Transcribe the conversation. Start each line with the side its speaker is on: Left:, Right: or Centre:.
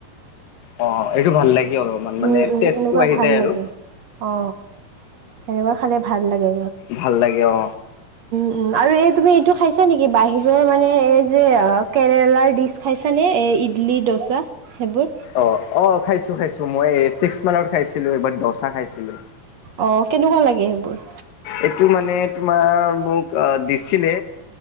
Left: অ এইটো ভাল লাগে। অলপমান মানে
Right: উম উম
Left: টেষ্টটো
Right: সেনেকুৱা
Left: আহি
Right: ভাল
Left: যায় আৰু।
Right: লাগে অ সেনেকুৱা খালে ভাল লাগে
Left: ভাল লাগে অ
Right: উ আৰু এই তুমি এইটো খাইছা নেকি বাহিৰৰ মানে এই যে কেৰেলাৰ ডিচ খাইছানে এই ইডলি দচা সেইবোৰ
Left: অ অ খাইছো খাইছো মই চিক্স মানত খাইছিলো এবাৰ দচা খাইছিলো
Right: অ কেনেকুৱা লাগে সেইবোৰ
Left: এইটো মানে তোমাৰ মোক দিছিলে